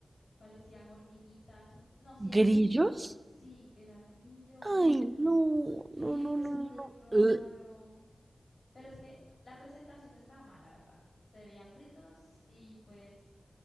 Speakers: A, on the left (about 75°); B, on the right (about 35°).
A: Parecían hormiguitas, chap- no, sí, eran
B: ¿Grillos?
A: grillitos. Sí, eran grillos.
B: Ay, no,
A: Sí,
B: no, no,
A: fue
B: no, no.
A: súper
B: no.
A: raro.
B: Ugh,
A: Pero es que la presentación no estaba mal, la verdad. Se veían fritos y pues